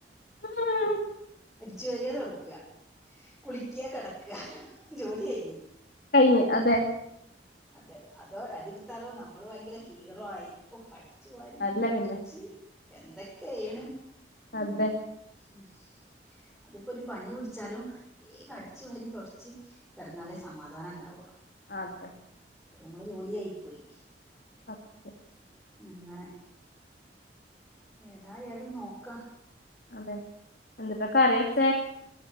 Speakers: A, on the left; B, in the centre.
A: <inaudible>
B: അടിച്ചു വാര്യ തൊടക്ക കുളിക്യാ കേടാകാ ജോലി കയിഞ്
A: കഴിഞ്ഞ് അതെ
B: അതെ അതോ അതെടുത്താലോ നമ്മൾ ഭയങ്കര ഹീറോ ആയി ഓ അടി ലിച്ച വാരി
A: അല്ല
B: തോടച്ച്
A: പിന്നെ
B: എന്തോകയാണ്
A: അതെ
B: ഉം ഹ് അതിപ്പോരു പനി പിടിച്ചാലും വേഗം അടിച്ചു വാരി തോടച്ച് കിടന്നാലേ സമാധാനംണ്ടാവുള്ളു
A: അതെ
B: അത് നമ്മളെ ജോലി ആയി പോയി
A: അക് <inaudible>
B: ഇങ്ങനെ ഏതായാലും നോക്ക.
A: അതെ എന്തുട്ടാ കറിവച്ച